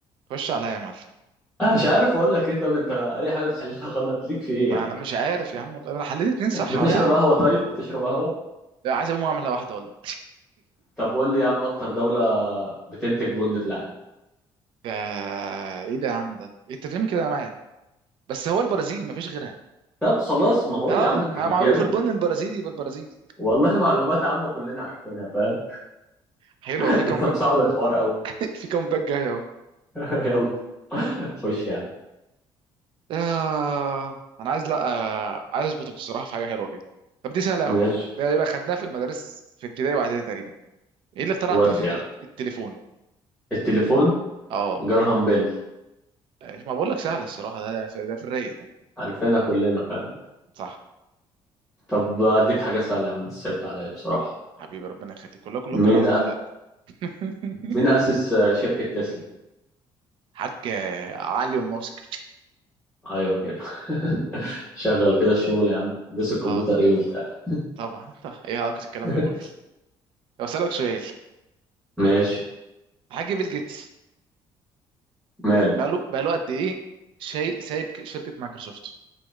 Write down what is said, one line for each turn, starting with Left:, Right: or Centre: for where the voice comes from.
Right: خش عليا يا معلم
Centre: انا مش عارف اقول لك ايه طب انت اي حاجه بتحلها <laughs> غلط ليك في ايه
Right: ما
Centre: يا عم
Right: انا مش عارف يا عم والله انا حليت اتنين صح
Centre: بتشرب
Right: اهو يا عم
Centre: قهوه طيب بتشرب قهوه
Right: لا عايز اقوم اعمل واحده والله
Centre: طب قول لي يا عم اكتر دوله بتنتج بن في العالم
Right: ده ايه ده يا عم ده إيه انت بتعمل كده معايا بس هو البرازيل مفيش غيرها
Centre: طب خلاص ما هو
Right: اه
Centre: يا عم انت
Right: ما
Centre: بتجاوب
Right: معروف البن البرازيلي يبقى البرازيل
Centre: والله معلومات عامه كلنا عارفينها فاهم
Right: حلو
Centre: <laughs>
Right: في كم
Centre: انت مصعب
Right: <laughs>
Centre: الحوار قوي
Right: في كم باك جاي اهو
Centre: <laughs> يلا خش يا عم
Right: آه انا عايز لا آه عايز اظبطك الصراحه في حاجه حلوه كده طب دي سهله قوي
Centre: ماشي
Right: ده يبقى خدناها في المدارس في ابتدائي واعدادي تقريبا ايه اللي اخترع
Centre: ودي
Right: التلفز...
Centre: يا عم
Right: التليفون
Centre: التليفون
Right: اه
Centre: جرهام بيل
Right: آه، ما بقول لك سهله الصراحه ده في... ده في الرايق ده
Centre: عارفينها كلنا فاهم
Right: صح
Centre: طب اديك حاجه سهله يا عم انت صعبت عليا بصراحه
Right: حبيبي ربنا يخليك كلها كله
Centre: مين
Right: كرم وخلاق <laughs>
Centre: مين أسس آه، شركة تسلا؟
Right: حاج آه، علي وماسك
Centre: أيوه كده <laughs> شغل كده الشغل يا عم هندسة الكمبيوتر
Right: اه
Centre: إيه وبتاع
Right: طبعا طبعا ايه علاقه الكلام
Centre: <laughs>
Right: ده كله طب اسالك سؤال
Centre: ماشي
Right: الحاج بيل جيتس
Centre: ماله
Right: بقاله بقاله قد ايه شيء سايب ك- شركه مايكروسوفت